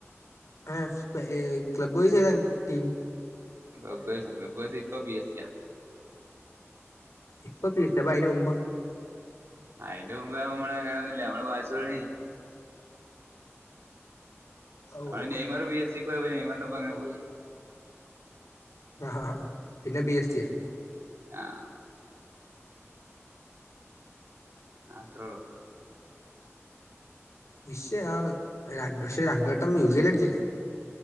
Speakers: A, on the left; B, on the right.
A: ആ ക്ലബ് വൈസ് താ team
B: club wise club wise ഇപ്പ പി എസ് ടി യാ
A: ഇപ്പൊ ബി എസ് സി പ്പഅയ്ന് മുമ്പോ
B: അയ്ന്റെ മുമ്പ് അമ്മള് അങ്ങനൊന്നില്ല അമ്മള് ബൈ സോണി
A: ഓഹ്
B: നമ്മള് നെയ്മർ ബി എസ് സി ക്ക് പോയപ്പൊ നെയ്മറിന്റൊപ്പ അങ്ങനെ പോയി
A: ആ ഹാ ഹാ പിന്നെ ബി എസ് റ്റി ആയി
B: ആഹ് അത്രൊള്ളൂ
A: വിഷയം ആണ് രണ്ടു പക്ഷേ
B: ഉം
A: രണ്ടു വട്ടം മ്യൂസിയ അടിച്ചില്ലേ